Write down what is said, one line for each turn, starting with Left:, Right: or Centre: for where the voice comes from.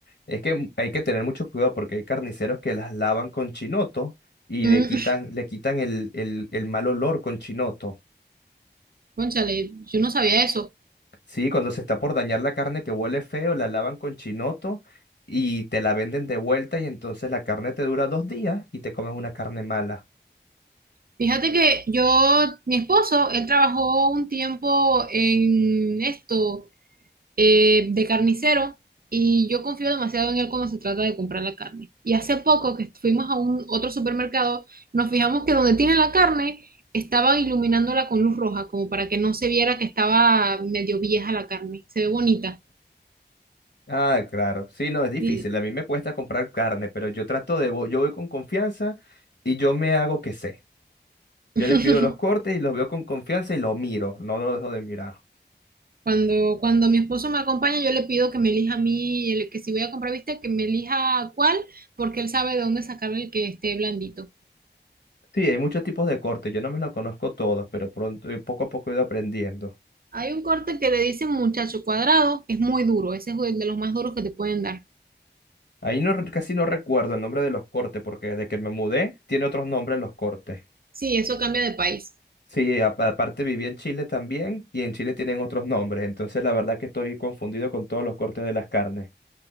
Left: Es que hay que tener mucho cuidado porque hay carniceros que las lavan con chinoto y
Right: Mm,
Left: le quitan,
Right: <laughs>
Left: le quitan el, el, el mal olor con chinoto.
Right: cónchale, yo no sabía eso.
Left: Sí, cuando se está por dañar la carne que huele feo, la lavan con chinoto y te la venden de vuelta y entonces la carne te dura dos días y te comes una carne mala.
Right: Fíjate que yo, mi esposo, él trabajó un tiempo en esto. eh, de carnicero y yo confío demasiado en él cuando se trata de comprar la carne. Y hace poco que fuimos a un otro supermercado, nos fijamos que donde tiene la carne estaba iluminándola con luz roja, como para que no se viera que estaba medio vieja la carne. Se ve bonita.
Left: Ah, claro. Sí, no, es difícil.
Right: Y-
Left: A mí me cuesta comprar carne, pero yo trato de, vo- yo voy con confianza y yo me hago que sé.
Right: <laughs>
Left: Yo le pido los cortes y los veo con confianza y lo miro, no lo dejo de mirar.
Right: Cuando, cuando mi esposo me acompaña, yo le pido que me elija a mí, el- que si voy a comprar viste, que me elija cuál, porque él sabe de dónde sacar el que esté blandito.
Left: Sí, hay muchos tipos de cortes, yo no me los conozco todos, pero pronto, eh, poco a poco he ido aprendiendo.
Right: Hay un corte que le dicen muchacho cuadrado, que es muy duro, ese es el de los más duros que te pueden dar.
Left: Ahí no, re- casi no recuerdo el nombre de los cortes, porque desde que me mudé tiene otros nombres los cortes.
Right: Sí, eso cambia de país.
Left: Sí, a- aparte viví en Chile también y en Chile tienen otros nombres, entonces la verdad que estoy confundido con todos los cortes de las carnes.